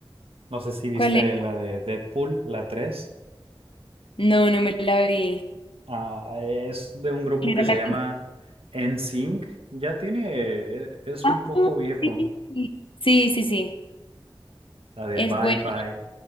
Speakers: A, on the right (about 85°); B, on the left (about 65°).
A: No sé si viste
B: ¿cuál es?
A: la de Deadpool, la tres
B: No, no me la vi.
A: Ah, es de un grupo
B: Era
A: que
B: la
A: se llama
B: que-
A: NSYNC. Ya tiene, e- es
B: Ah,
A: un poco viejo,
B: sí, sí, sí. sí. sí, sí.
A: la de
B: Es
A: Bye
B: bueno.
A: Bye